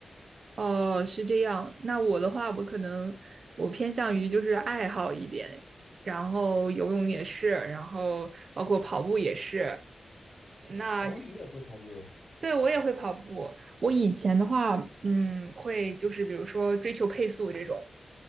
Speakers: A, on the right; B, on the left.
A: 哦，是这样。那我的话，我可能我偏向于就是爱好一点，然后游泳也是，然后包括跑步也是。那就
B: 哦，你也会跑步？
A: 对我也会跑步。我以前的话，嗯，会就是比如说追求配速这种，